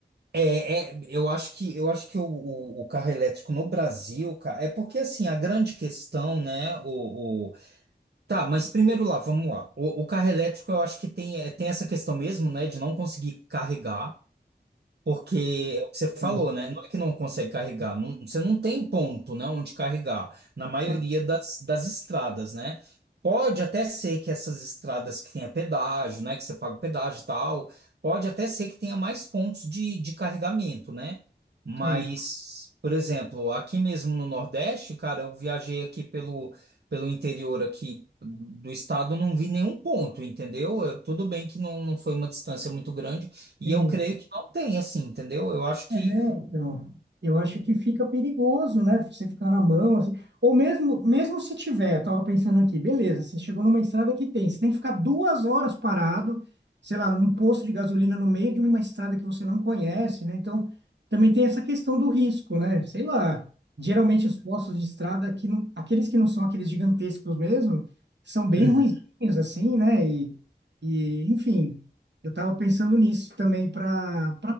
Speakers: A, on the right; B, on the right.
A: É, é, eu acho que eu acho que o, o, o carro elétrico no Brasil, cara, é porque assim a grande questão, né? O, o- tá, mas primeiro lá, vamos lá. O, o carro elétrico, eu acho que tem, é, tem essa questão mesmo, né, de não conseguir carregar. Porque é o que você falou,
B: É,
A: né? Não é que não consegue carregar, não- você não tem ponto, né, onde carregar, na maioria
B: Sim,
A: das, das estradas, né? Pode até ser que essas estradas que tenha pedágio, né, que você paga o pedágio e tal, pode até ser que tenha mais pontos de, de carregamento, né? Mas,
B: sim,
A: por exemplo, aqui mesmo no Nordeste, cara, eu viajei aqui pelo, pelo interior aqui do estado, não vi nenhum ponto, entendeu? Eu- tudo bem que não, não foi uma distância muito grande, e
B: sim.
A: eu creio que não tem, assim, entendeu? Eu acho que.
B: É, então, eu acho que fica perigoso, né? Você ficar na mão, assim. Ou mesmo, mesmo se tiver, eu tava pensando aqui, beleza, você chegou numa estrada que tem, você tem que ficar duas horas parado, sei lá, num posto de gasolina no meio de uma estrada que você não conhece, né? Então, também tem essa questão do risco, né? Sei lá, geralmente os postos de estrada, que não, aqueles que não são aqueles gigantescos mesmo, são bem
A: Uhum.
B: ruinzinhos, assim, né? E, e enfim, eu tava pensando nisso também para